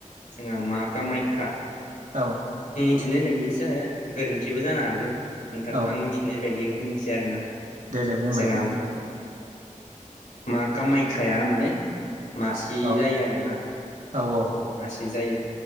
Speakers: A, on the left (about 85°); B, on the right (about 75°).
A: जोंहा मा कामायख्या
B: औ।
A: मिथिनाय बायदिसो आरो गोरोन्थिबो जानो हागौ। नोंथां
B: औ
A: आं मिथिनाय बायदि होननोसै आरोना।
B: देलाय बुंलाय।
A: जोंहा मा कामायखाया माने मासे
B: औ
A: जायो आरोना।
B: औ औ।
A: बि जायो‌।